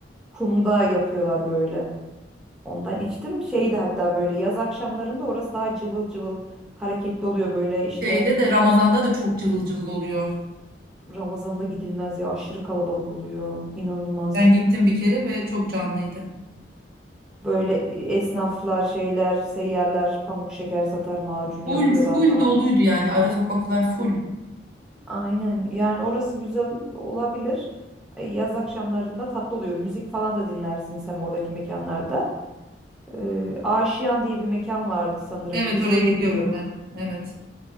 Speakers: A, in the centre; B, on the right.
A: Kumda yapıyorlar böyle. Ondan içtim. Şeydi hatta böyle yaz akşamlarında orası daha cıvıl cıvıl hareketli oluyor böyle işte
B: Şeyde de Ramazan'da da çok cıvıl cıvıl oluyor.
A: Ramazan'da gidilmez ya aşırı kalabalık oluyor. İnanılmaz.
B: Ben gittim bir kere ve çok canlıydı.
A: Böyle e, esnaflar şeyler seyyarlar pamuk şeker satar macun
B: Full
A: yapıyorlar
B: full
A: falan.
B: doluydu yani ara sokaklar full.
A: Aynen. Yani orası güzel olabilir. E, Yaz akşamlarında tatlı oluyor. Müzik falan da dinlersiniz hem oradaki mekanlarda. E, Aşiyan diye bir mekan vardı sanırım.
B: Evet
A: Biz
B: orayı
A: oraya
B: biliyorum
A: gidiyorduk.
B: ben. Evet.